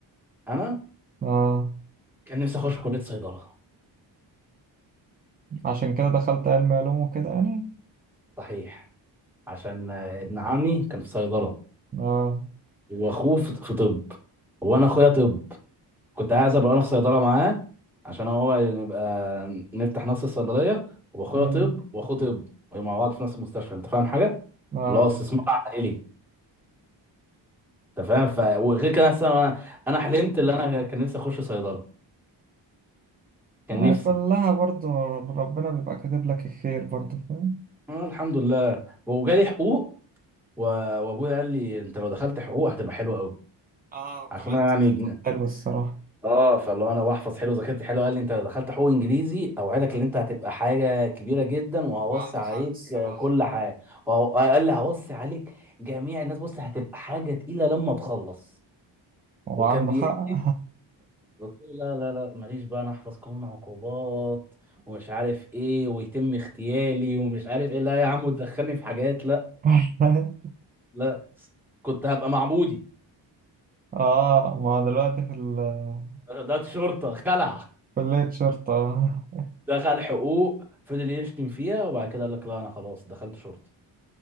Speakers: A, in the centre; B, on the right (about 20°).
A: انا
B: آه
A: كان نفسي اخش كليه صيدله
B: عشان كده دخلت علم علوم وكده يعني
A: صحيح عشان آه، ابن عمي كان في صيدله
B: آه
A: واخوه في في طب وانا اخويا طب كنت عايز ابقى انا في صيدله معاه عشان هو يبقى نفتح نفس الصيدليه واخويا
B: مم.
A: طب واخوه طب ومع بعض في نفس المستشفى انت فاهم حاجه
B: آه
A: اللي هو استثمار عائلي انت فاهم ف وغير كده أصلاً انا انا حلمت اللي انا كان نفسي اخش صيدله كان
B: آه،
A: نفسي
B: كلها برضو رب- ربنا بيبقى كاتب لك الخير برضو فاهم
A: أنا الحمد لله وجالي حقوق و... وابويا قال لي انت لو دخلت حقوق هتبقى حلوه قوي
B: اه وكمان
A: عشان انا
B: انت
A: يعني
B: بتحفظ حلو حلو الصراحة
A: اه فاللي هو انا بحفظ حلو وذاكرتي حلو قال لي انت لو دخلت حقوق انجليزي اوعدك ان انت هتبقى حاجه كبيره جدا وهوصي
B: وعنده
A: عليك
B: حق الصراحة
A: آه، كل حاجه وهو- قال لي هوصي عليك جميع الناس بص هتبقى حاجه تقيله لما تخلص
B: هو
A: وكان
B: عنده
A: بيحكي
B: حق
A: قلت له لا لا لا ماليش بقى انا احفظ قانون عقوبات ومش عارف ايه ويتم اغتيالي ومش عارف ايه لا يا عم وتدخلني في حاجات لا
B: <laughs>
A: لا كنت هبقى معبودي
B: آه ما هو دلوقتي في ال-
A: ده شرطه خلع
B: كلية شرطة <laughs>
A: دخل حقوق فضل يشتم فيها وبعد كده قال لك لا انا خلاص دخلت شرطه